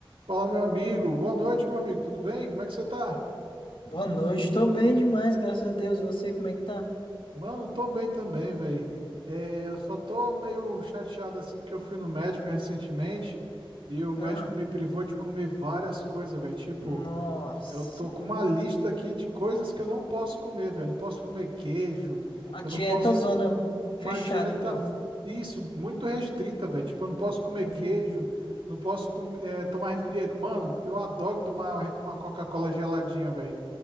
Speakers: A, on the right; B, on the left.
A: Fala, meu amigo. Boa noite, meu amigo. Tudo bem? Como é que você tá?
B: Boa noite, tô bem demais, graças a Deus. E Você, como é que tá?
A: Mano, tô bem também, velho. eu só tô meio chateado assim porque eu fui no médico recentemente e o médico
B: Ah,
A: me privou de comer várias coisas, velho. Tipo,
B: nossa.
A: eu tô com uma lista aqui de coisas que eu não posso comer, velho. Não posso comer queijo,
B: A dieta
A: eu não posso.
B: zona
A: Uma
B: fechada,
A: dieta,
B: então.
A: isso, muito restrita, velho. Tipo, eu não posso comer
B: Uhum.
A: queijo, não posso com- eh, tomar refrigerante. Mano, eu adoro tomar uma Coca-Cola geladinha, velho.